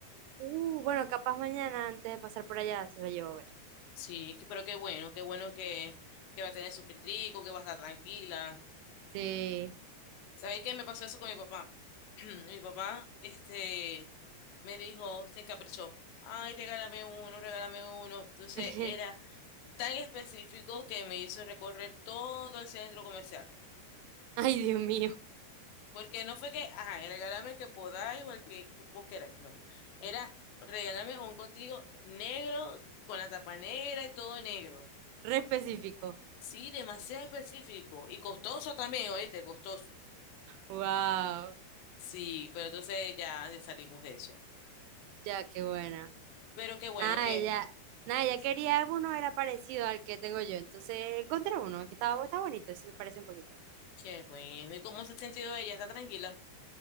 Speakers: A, on the right; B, on the left.
A: Uh, bueno, capaz mañana antes de pasar por allá se lo llevo a ver.
B: Sí, que- pero qué bueno, qué bueno que, que va a tener su filtrico, que va a estar tranquila.
A: Sí.
B: ¿Sabéis qué me pasó eso con mi papá? <clears throat> Mi papá, este, me dijo, se encaprichó. Ay, regálame uno, regálame uno. Entonces
A: <laughs>
B: era tan específico que me hizo recorrer todo el centro comercial.
A: Ay, Dios mío,
B: Porque no fue que, ajá, regálame que podáis o el que vos queráis, no. Era regálame un contigo negro con la tapa negra y todo negro.
A: re específico.
B: Sí, demasiado específico y costoso también, oíste, costoso.
A: Wow,
B: Sí, pero entonces ya, ya salimos de eso.
A: ya qué buena.
B: Pero qué bueno
A: Ah,
B: que
A: ya, nada, ya
B: Es-
A: quería uno era parecido al que tengo yo, entonces encontré uno que estaba, está bonito, se parece un poquito.
B: Qué bueno. ¿Y cómo se ha sentido ella? ¿Está tranquila?